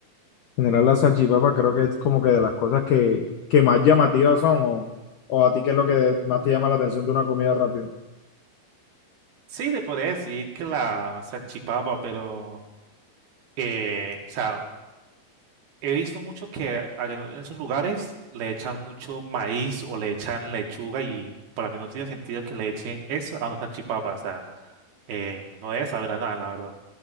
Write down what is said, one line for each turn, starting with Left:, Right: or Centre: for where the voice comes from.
Left: en general la salchipapa creo que es como que de las cosas que, que más llamativas son o, o a ti qué es lo que más te llama la atención de una comida rápida.
Right: Sí, te podría decir que la salchipapa, pero, eh, o sea, He visto mucho que allá en esos lugares le echan mucho maíz o le echan lechuga y para mí no tiene sentido que le echen eso a una salchipapa. O sea, eh, no debe saber a nada, la verdad.